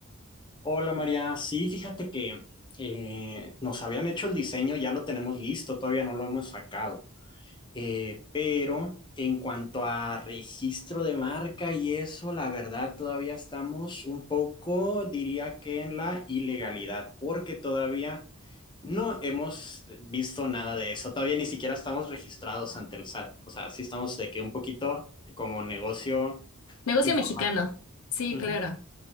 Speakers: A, on the left; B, on the left.
A: Hola María, sí, fíjate que eh, nos habían hecho el diseño, ya lo tenemos listo, todavía no lo hemos sacado. Eh, pero en cuanto a registro de marca y eso, la verdad todavía estamos un poco, diría que en la ilegalidad, porque todavía no hemos visto nada de eso, todavía ni siquiera estamos registrados ante el SAT. O sea, sí estamos de que un poquito como negocio
B: Negocio
A: informal.
B: mexicano. Sí,
A: Ujú,
B: claro.